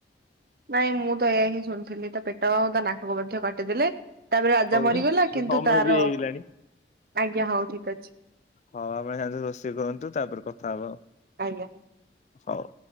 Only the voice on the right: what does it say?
ନାଇଁ ମୁଁ ତ ଏ ହିଁ ଶୁଣିଥିଲି ତ ପେଟ ତା ନାକକୁ ମଧ୍ୟ କାଟିଦେଲେ। ତାପରେ ରାଜା
ମରିଗଲା କିନ୍ତୁ
ତାର
ଆଜ୍ଞା ହଉ। ଠିକ ଅଛି
ଆଜ୍ଞା।